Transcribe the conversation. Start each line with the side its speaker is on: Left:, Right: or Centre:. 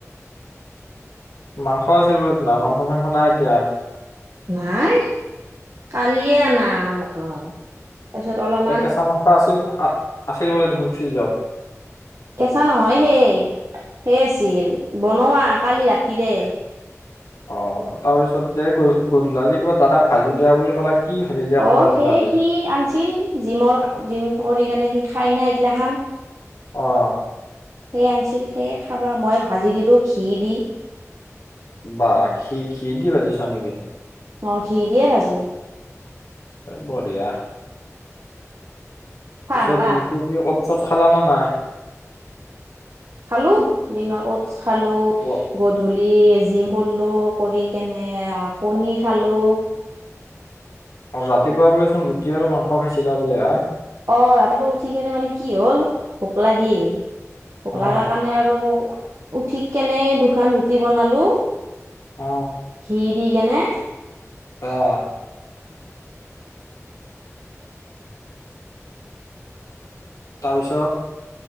Left: মাংস আছিল বোলে <unintelligible> মাংস চাংস নাই এতিয়া।
Right: নাই, কালিয়ে আনা মাংস। তাৰপাচত অলপ
Left: কেঁচা মাংস আছিল, আছিল বোলে দেখোন ফ্ৰিজত।
Right: কেঁচা নহয় সেই, সেই আছিল বনোৱা কালি ৰাতিৰে।
Left: অঁ' তাৰ পিছতে গধূলা আজি কিবা দাদাক ভাজি দিয়া বুলি কলা। কি ভাজি দিয়া কথা
Right: অঁ'
Left: কৈছিলা
Right: সেই
Left: তাতে
Right: সি আনিছিল জিমৰ জিম কৰি কেনে সি খাই না এইগিলাখান।
Left: অঁ।
Right: সেই আনিছিল সেইয়ে খাবা মই ভাজি দিলোঁ ঘি দি।
Left: বাহ, ঘি, ঘি দি ভাজিছ নেকি?
Right: মই ঘি দিয়ে ভাজো।
Left: বঢ়িয়া।
Right: চাহ
Left: পিছে
Right: খালা
Left: দিনটো কি অত চত খালা নে নাই?
Right: খালো দিনতো খালো,
Left: ব-
Right: গধূলি জিম কৰিলো, কৰি কেনে কণী খালো।
Left: আৰু ৰাতিপুৱা বোলে চোন ৰুটি আৰু মাংস খাইছিলা বোলে হা।
Right: অঁ' ৰাতিপুৱা উঠি কেনে মানে কি হ'ল ভোক লাগিল। ভোক
Left: অ
Right: লগা কাৰণে আৰু উঠি কেনে দুখন ৰুটি বনালো।
Left: অ
Right: ঘি দি কেনে।
Left: আহ'। তাৰ পিছত?